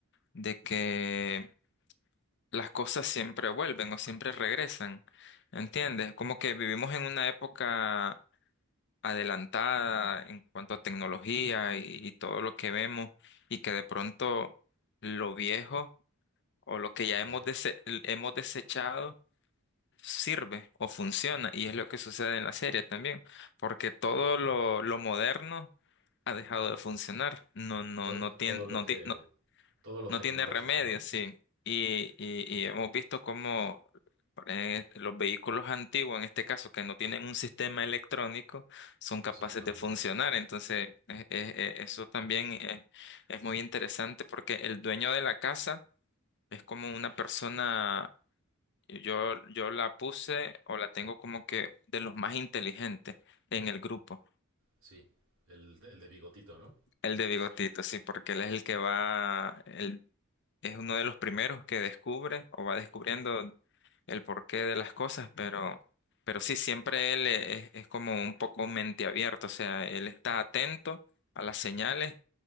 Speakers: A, on the left; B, on the right.
A: de que las cosas siempre vuelven o siempre regresan, ¿entiendes? Como que vivimos en una época adelantada en cuanto a tecnología y, y todo lo que vemos y que de pronto lo viejo o lo que
B: Ok.
A: ya hemos, dese- hemos desechado sirve o funciona y es lo que sucede en la serie también, porque todo lo, lo moderno ha dejado de funcionar, no, no,
B: Todo,
A: no tiene,
B: todo lo
A: no,
B: que.
A: ti- no,
B: Todo lo
A: no
B: tecnológico,
A: tiene remedio,
B: ¿no?
A: sí. Y, y, y hemos visto cómo eh, los vehículos antiguos, en este caso, que no tienen un sistema electrónico, son capaces
B: Exactamente.
A: de funcionar. Entonces, eh, eh, eh, eso también eh, es muy interesante porque el dueño de la casa es como una persona, yo, yo la puse o la tengo como que de los más inteligentes en el grupo.
B: Sí. El, el de bigotito, ¿no?
A: El de bigotito, sí, porque él es el que va, el, es uno de los primeros que descubre o va descubriendo el porqué de las cosas, pero, pero sí, siempre él es, es como un poco mente abierta, o sea, él está atento a las señales